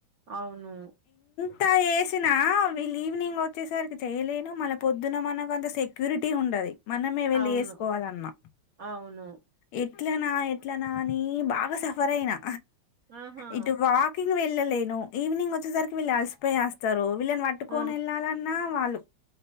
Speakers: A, on the right (about 60°); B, on the left (about 80°).
A: అవును
B: ఇంత ఏసినా వీళ్ళు ఈవినింగ్ వచ్చేసరికి చేయలేను మళ్ళ పొద్దున మనకు అంత సెక్యూరిటీ ఉండది మనమే వెళ్ళి
A: అవును
B: ఏసుకోవాలన్నా
A: అవును
B: ఎట్లనా ఎట్లనా అని బాగా సఫర్ అయినా
A: ఆహా
B: ఇటు వాకింగ్ వెళ్ళల్ లేను ఈవినింగ్ వచ్చేసరికి వీళ్ళు అలిసిపోయి వస్తరు వీళ్ళని పట్టుకొని
A: ఆ
B: వెళ్ళాలన్నా వాళ్ళు